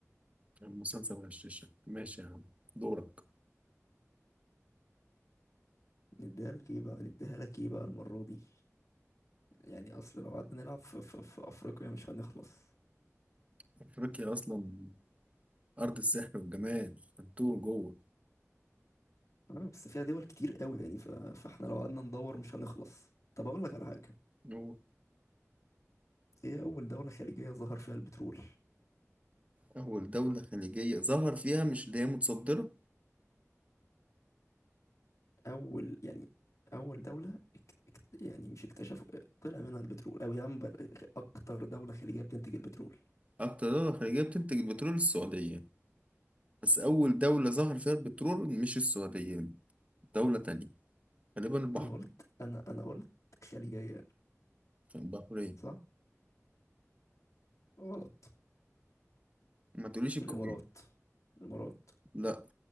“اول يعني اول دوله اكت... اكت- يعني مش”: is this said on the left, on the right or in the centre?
Left